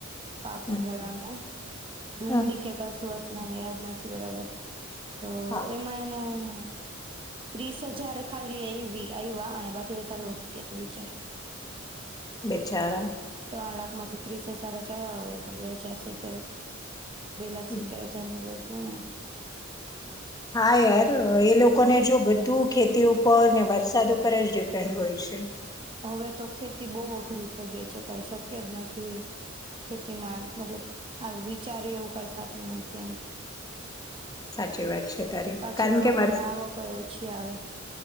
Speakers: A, on the right (about 25°); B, on the left (about 20°).
A: પાકું
B: હમ
A: ગાળામાં
B: હમ
A: ડુંગળી
B: હમ
A: કે કશું તું મને યાદ નથી બરાબર. તો
B: હા
A: એમાં એના ત્રીસ હજાર ખાલી આયવી આયવા અને બાકી બધા લોસ ગ્યા, તું વિચાર.
B: બેચારા.
A: ત્રણ લાખમાંથી ત્રીસ હજાર જ આયવા હોય તો બે હજાર સિત્તેર બે લાખ
B: હમ.
A: સિતેર હજારનો લોન હમ.
B: હા યાર, એ લોકોને જો બધું ખેતી ઉપર ને વરસાદ ઉપર જ ડિપેન્ડ હોય છે.
A: હવે તો ખેતી ખેતી બહુ અઘરી થઈ ગઈ છે કઈ શક્ય જ નથી, ખેતીમાં મતલબ આવ વિચારીએ એવું કાંઈ થતું નથી એમ
B: સાચી વાત છે,
A: પાછી
B: કારણ
A: એ લોકોને
B: કે વર
A: આવકય ઓછી આવે